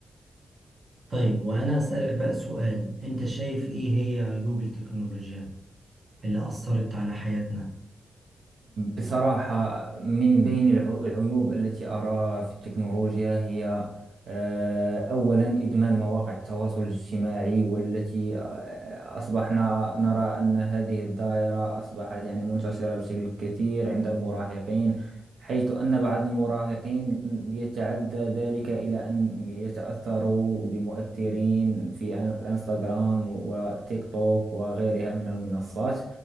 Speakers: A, on the right (about 40°); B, on the right (about 75°).
A: طيب وأنا أسألك بقى سؤال أنت شايف إيه هي عيوب التكنولوجيا اللي أثرت على حياتنا؟
B: بصراحة من بين العو- العيوب التي أراها في التكنولوجيا هي آه، أولا إدمان مواقع التواصل الاجتماعي والتي آه، أصبحنا نرى أن هذه الدائرة أصبحت يعني منتشرة بشكل كثير عند المراهقين حيث أن بعض المراهقين يتعدى ذلك إلى أن يتأثروا بمؤثرين في الانستغرام والتيك توك وغيرها من المنصات